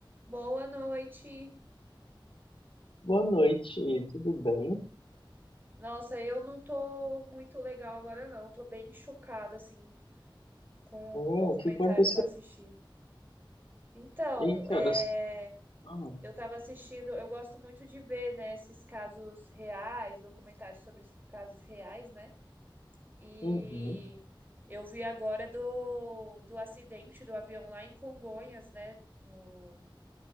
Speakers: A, on the right; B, on the left.
A: Boa noite.
B: Boa noite, tudo bem?
A: Nossa, eu não tô muito legal agora, não. Tô bem chocada, assim, com
B: É, o
A: o documentário
B: que aconteceu?
A: que eu assisti. Então,
B: Eita,
A: é...
B: era... Ah,
A: eu tava assistindo, eu gosto muito de ver, né, esses casos reais, documentários sobre casos reais, né? E
B: uhum.
A: eu vi agora do, do acidente do avião lá em Congonhas, né? No,